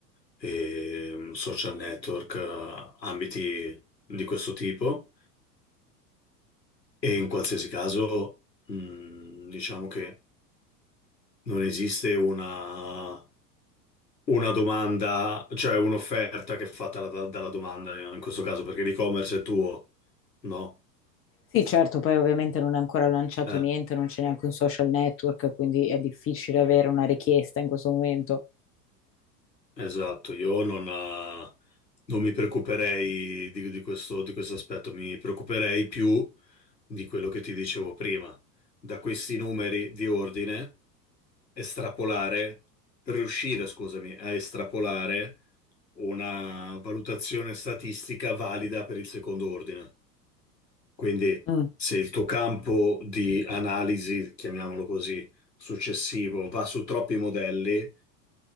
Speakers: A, on the left; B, on the left.
A: e, mm, social network, eh, ambiti di questo tipo. E in qualsiasi caso, mh, diciamo che non esiste una, una domanda, cioè un'offerta che è fatta da- dalla domanda, in questo caso, perché l'e-commerce è tuo, no?
B: Sì, certo, poi ovviamente non è ancora lanciato
A: Eh,
B: niente, non c'è neanche un social network, quindi è difficile avere una richiesta in questo momento.
A: esatto, io non, eh, non mi preoccuperei di, di questo, di questo aspetto, mi preoccuperei più di quello che ti dicevo prima. Da questi numeri di ordine. estrapolare, per riuscire, scusami, a estrapolare una valutazione statistica valida per il secondo ordine. Quindi,
B: Mm,
A: se il tuo campo di analisi, chiamiamolo così, successivo va su troppi modelli,